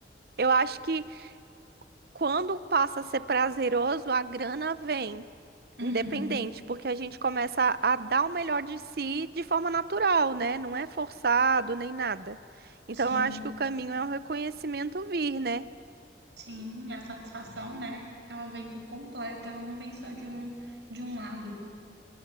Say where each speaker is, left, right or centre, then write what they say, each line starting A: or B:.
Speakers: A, on the right; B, on the right.
A: Eu acho que Quando passa a ser prazeroso, a grana vem,
B: Uhum.
A: independente, porque a gente começa a a dar o melhor de si de forma natural, né? Não é forçado nem nada. Então,
B: Sim,
A: eu acho que o caminho é o reconhecimento vir, né?
B: sim, a satisfação, né? Ela vem por completo, ela não vem só de um, de um lado.